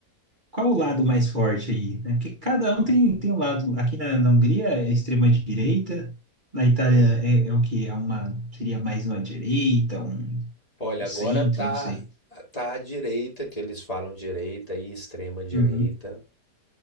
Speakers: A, on the right (about 30°); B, on the left (about 20°).
A: qual o lado mais forte aí, né? Porque cada um tem, tem um lado. Aqui na, na Hungria é extrema direita, na Itália
B: Hum.
A: é, é o que? É uma, seria mais uma direita, um,
B: Olha,
A: um
B: agora
A: centro,
B: tá
A: não sei.
B: tá à direita, que eles falam direita e extrema direita.
A: Uhum.